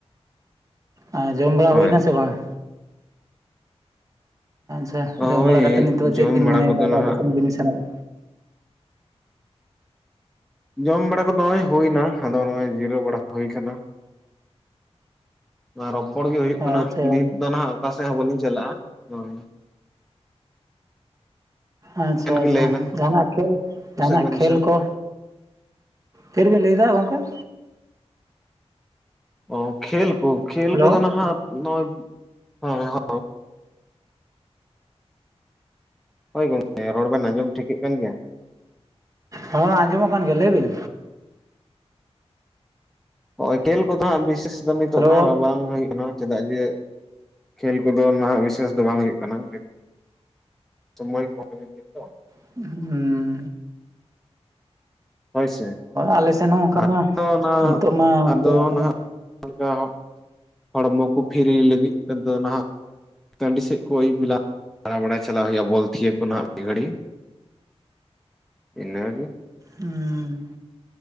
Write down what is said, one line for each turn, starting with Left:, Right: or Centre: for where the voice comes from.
Right: ᱟᱨ ᱡᱚᱢ ᱵᱟᱲᱟ
Centre: ᱦᱳᱭ
Right: ᱦᱩᱭᱱᱟ ᱥᱮ ᱵᱟᱝ? ᱟᱪᱪᱷᱟ ᱡᱚᱢ
Centre: ᱦᱳᱭ
Right: ᱵᱟᱲᱟ ᱠᱟᱛᱮ ᱱᱤᱛᱚᱜ ᱫᱚ ᱪᱮᱫ
Centre: ᱡᱚᱢ
Right: ᱵᱤᱱ
Centre: ᱵᱟᱲᱟ
Right: ᱢᱚᱱᱮᱭ
Centre: ᱠᱚᱫᱚ
Right: ᱫᱟ
Centre: ᱱᱟᱦᱟᱜ
Right: ᱚᱠᱟᱥᱮᱱ ᱵᱤᱱ ᱥᱮᱱᱚᱜᱼᱟ?
Centre: ᱡᱚᱢ ᱵᱟᱲᱟ ᱠᱚᱫᱚ ᱱᱚᱜᱼᱚᱭ ᱦᱩᱭᱱᱟ ᱟᱫᱚ ᱱᱚᱜᱼᱚᱭ ᱡᱤᱨᱟᱹᱣ ᱵᱟᱲᱟ ᱦᱩᱭ ᱠᱟᱱᱟ᱾ ᱨᱚᱯᱚᱲ ᱜᱮ ᱦᱩᱭᱩᱜ ᱠᱟᱱᱟ
Right: ᱟᱪᱪᱷᱟ
Centre: ᱱᱤᱛ ᱫᱚ ᱱᱟᱦᱟᱜ ᱚᱠᱟ ᱥᱮᱜ ᱦᱚᱸ ᱵᱟᱹᱞᱤᱧ ᱪᱟᱞᱟᱜᱼᱟ ᱦᱳᱭ᱾
Right: ᱟᱪᱪᱷᱟ
Centre: ᱟᱵᱮᱱ
Right: ᱟᱪᱪᱷᱟ
Centre: ᱜᱮ ᱞᱟᱹᱭ ᱵᱮᱱ
Right: ᱡᱟᱦᱟᱱᱟᱜ ᱠᱷᱮᱞ
Centre: ᱠᱚᱥᱮᱫ
Right: ᱡᱟᱦᱟᱱᱟᱜ
Centre: ᱵᱮᱱ
Right: ᱠᱷᱮᱞ
Centre: ᱥᱮᱱ
Right: ᱠᱚ ᱪᱮᱫ ᱵᱤᱱ ᱞᱟᱹᱭᱮᱫᱟ ᱜᱚᱢᱠᱮ?
Centre: ᱚ ᱠᱷᱮᱞ ᱠᱳ ᱠᱷᱮᱞ
Right: ᱦᱮᱞᱳ
Centre: ᱠᱚ ᱫᱚ ᱱᱟᱦᱟᱜ ᱱᱚᱜᱼᱚᱭ ᱦᱳᱭ ᱜᱚᱢᱠᱮ ᱨᱚᱲ ᱵᱮᱱ ᱟᱸᱡᱚᱢ ᱴᱷᱤᱠᱮᱜ ᱠᱟᱱ ᱜᱮᱭᱟ?
Right: ᱦᱚᱸ, ᱟᱸᱡᱚᱢᱚᱜ ᱠᱟᱱ ᱜᱮᱭᱟ ᱞᱟᱹᱭ ᱵᱤᱱ?
Centre: ᱦᱚᱜᱼᱚᱭ ᱠᱷᱮᱞ ᱠᱚ ᱫᱚ ᱦᱟᱸᱜ ᱵᱤᱥᱮᱥ ᱫᱚ ᱱᱤᱛᱳᱜ
Right: ᱦᱮᱞᱳ
Centre: ᱫᱚ ᱦᱟᱸᱜ ᱵᱟᱝ ᱵᱷᱟᱜᱮᱜ ᱠᱟᱱᱟ ᱾ ᱪᱮᱫᱟᱜ ᱡᱮ ᱠᱷᱮᱞ ᱠᱚ ᱫᱚ ᱱᱟᱦᱟᱜ ᱵᱤᱥᱮᱥ ᱫᱚ ᱵᱟᱝ ᱦᱳᱭᱳᱜ ᱠᱟᱱᱟ ᱾ ᱥᱚᱢᱚᱭ ᱠᱚ ᱜᱮ ᱛᱚ,
Right: <unintelligible>
Centre: ᱦᱳᱭ ᱥᱮ,
Right: ᱟᱞᱮ ᱥᱮᱱ ᱦᱚᱸ ᱚᱱᱠᱟ
Centre: ᱟᱫᱚ
Right: ᱢᱟ
Centre: ᱚᱱᱟ
Right: ᱱᱤᱛᱚᱜ ᱢᱟ
Centre: ᱟᱫᱚ
Right: ᱠᱷᱮᱞ ᱠᱟᱱᱟ
Centre: ᱱᱟᱦᱟᱜ ᱚᱝᱠᱟ ᱦᱚᱸ ᱦᱚᱲᱢᱚ ᱠᱚ ᱯᱷᱤᱨᱤ ᱞᱟᱹᱜᱤᱫ ᱛᱮ ᱫᱚ ᱱᱟᱦᱟᱜ, ᱴᱟᱺᱰᱤ ᱥᱮᱫ ᱠᱚ ᱟᱹᱭᱩᱵ ᱵᱤᱞᱟ ᱫᱟᱲᱟ ᱵᱟᱲᱟᱭ ᱪᱟᱞᱟᱜ ᱦᱩᱭᱩᱜᱼᱟ ᱵᱚᱞ ᱛᱷᱤᱭᱟᱹ ᱠᱚ ᱱᱟᱦᱟᱜ ᱢᱤᱫ ᱜᱷᱟᱹᱲᱤ ᱾ ᱤᱱᱟᱹ ᱜᱮ,
Right: ᱦᱩᱸ,